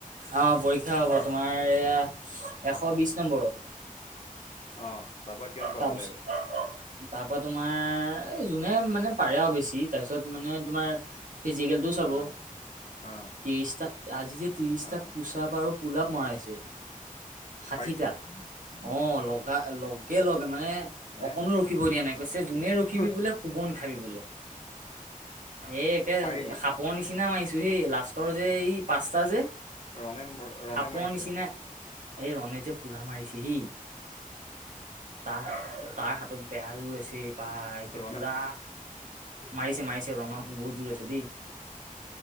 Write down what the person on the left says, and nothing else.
অ
অ তাৰপা কিমান পাব
লাগিব
অ অ
অ
পাৰিছ
হে
হুহ,
পাৰিলি
মানে ৰনে
মাৰিছে।
পিছে?
ৰনে